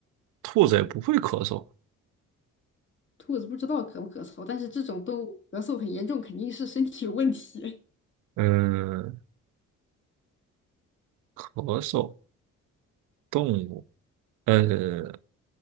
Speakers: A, on the right; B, on the left.
A: 兔子也不会咳嗽。
B: 兔子不知道咳不咳嗽，但是这种动物咳嗽很严重，肯定是身体有问题，
A: 嗯，咳嗽动物，呃，